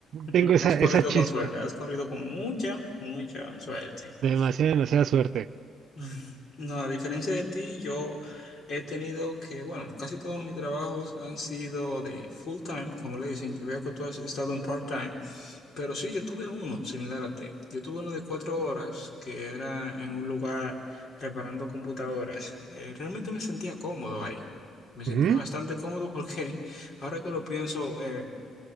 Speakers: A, on the left; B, on the right.
A: <laughs>
B: tengo esa,
A: Has corrido
B: esa chispa,
A: con suerte, has corrido con mucha, mucha suerte.
B: demasiada,
A: <laughs>
B: demasiada suerte.
A: Mm. No, a diferencia de ti, yo he tenido que, bueno, casi todos mis trabajos han sido de full time, como le dicen. Yo veo que tú has estado en part time. Pero sí, yo tuve uno similar a ti. Yo tuve uno de cuatro horas que era en un lugar reparando computadoras. Eh, realmente me sentía cómodo ahí. Me sentía
B: Ujú.
A: bastante cómodo porque <laughs> ahora que lo pienso, eh,